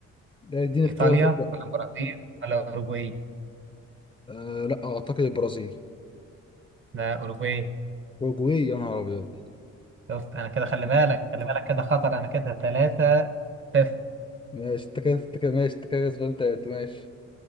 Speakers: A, on the left (about 15°); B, on the right (about 40°).
A: لا اديني اختيار
B: ايطاليا
A: بقى.
B: ولا البرازيل ولا اوروجواي
A: آه لا اعتقد البرازيل
B: لا اوروجواي
A: اوروجواي يا نهار ابيض
B: شفت انا كده خلي
A: <laughs>
B: بالك خلي بالك كده خطر انا كده ثلاثة صفر
A: ماشي انت كده انت كده ماشي انت كده كسبان تلاتة ماشي